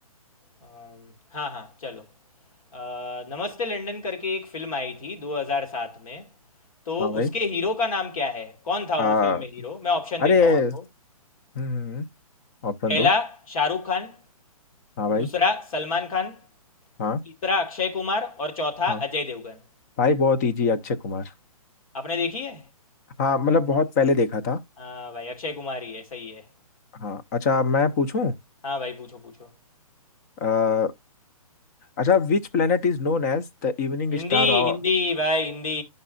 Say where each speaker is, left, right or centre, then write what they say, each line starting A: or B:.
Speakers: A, on the left; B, on the left.
A: अम, हाँ हाँ चलो अ, नमस्ते लंदन करके एक फिल्म आई थी 2007 में तो
B: हाँ भाई
A: उसके हीरो का नाम क्या है कौन था
B: आ,
A: वो फिल्म में हीरो मैं ऑप्शन
B: अरे
A: देता हूँ आपको
B: हम्म ऑप्शन
A: पहला
B: दो
A: शाहरुख खान
B: हाँ भाई
A: दूसरा सलमान खान तीसरा
B: हाँ
A: अक्षय कुमार और चौथा
B: हाँ
A: अजय देवगन
B: भाई बहुत इजी है, अक्षय कुमार
A: आपने देखी है
B: हाँ मतलब बहुत
A: हाँ
B: पहले देखा था
A: हाँ भाई अक्षय कुमार ही है सही है
B: हाँ अच्छा मैं पूछूं
A: हाँ भाई पूछो पूछो
B: अ, अच्छा which planet is known as the evening
A: हिंदी
B: star और
A: हिंदी भाई हिंदी